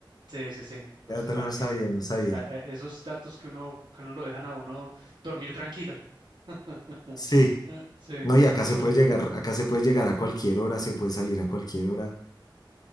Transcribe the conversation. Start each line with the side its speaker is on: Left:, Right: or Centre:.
Right: Sí, sí, sí. Entonces,
Left: Ese dato
Right: para
Left: no lo
Right: que
Left: sabía, no sabía.
Right: pa- eh, Esos datos que uno, que uno lo dejan a uno dormir tranquilo. <laughs>
Left: Sí.
Right: Ah, Sí,
Left: No, y
Right: tal
Left: acá
Right: cual.
Left: se puede llegar, acá se puede llegar a cualquier hora, se puede salir a cualquier hora.